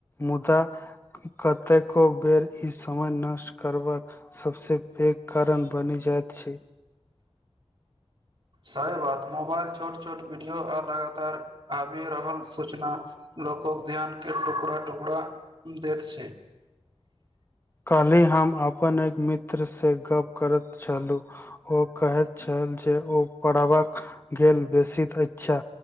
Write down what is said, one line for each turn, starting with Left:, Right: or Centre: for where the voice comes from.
Left: मुदा कतेको बेर ई समय नष्ट करबा सबस पैघ कारण बनि जाइत छै
Right: सही बात मोबाइल छोट छोट वीडियो आ लगातार आबि रहल सूचना लोकोक ध्यान के टुकड़ा टुकड़ा देैत छै
Left: काल्हि हम अपन एक मित्र से गप करैत छलहुँ ओ कहैत छल जे ओ पढ़बाक गेल बेसीत इच्छा